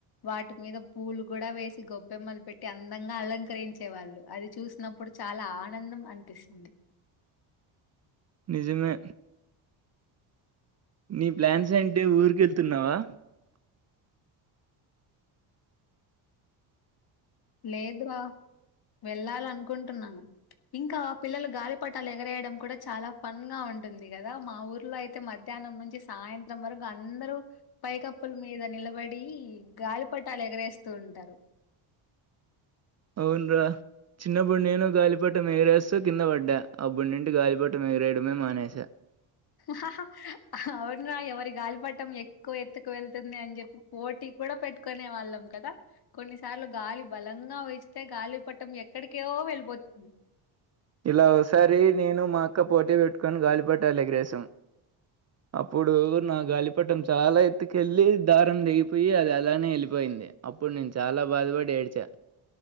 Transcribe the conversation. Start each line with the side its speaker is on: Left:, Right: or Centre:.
Left: వాటి మీద పూలు కూడా వేసి గొబ్బెమ్మలు పెట్టి అందంగా అలంకరించే వాళ్ళు అది చూసినప్పుడు చాలా ఆనందం అనిపిస్తుంది
Right: విజమే నీ ప్లాన్స్ ఏ అంటే ఊరిక వెళ్తున్నావా
Left: లేదు రా వెళ్ళాల అనుకుంటున్నాను ఇంకా పిల్లలు గాలిపటాలు ఎగరేయడం కూడా చాలా ఫన్ గా ఉంటుంది కదా మా ఊర్లో అయితే మధ్యాహ్నం నుంచి సాయంత్రం వరకు అందరూ పైకప్పుల మీద నిలబడి గాలిపటాలు ఎగరేస్తూ ఉంటారు
Right: అవున్రా చిన్నప్పుడి నేను గాలిపట మగిరేస్తో కింద పడ్డా ఆ బుడింటి గాలిపట మగిరేయడమే మానేసా
Left: హ హ అ హ అవునా ఎవరి గాలిపట్టం ఎక్కువ ఎత్తుకు వెళ్తుంది అని చెప్పి పోటీ కూడా పెట్టుకునే వాళ్ళం కదా కొన్నిసార్లు గాలి బలంగా విస్తే గాలిపట్టం ఎక్కడికో వెళ్ళిపోతుంది
Right: ఇలా ఒకసారి నేను మా అక్క పోటీ పెట్టుకోని గాలిపట్టాలేగరేశం అప్పుడు నా గాలిపట్టం చాలా ఎత్తుకెళ్ళి దారం తేగిపోయి అది అలానే వెళ్ళిపోయింది అప్పుడు నేను చాలా బాధపడి ఏడ్చా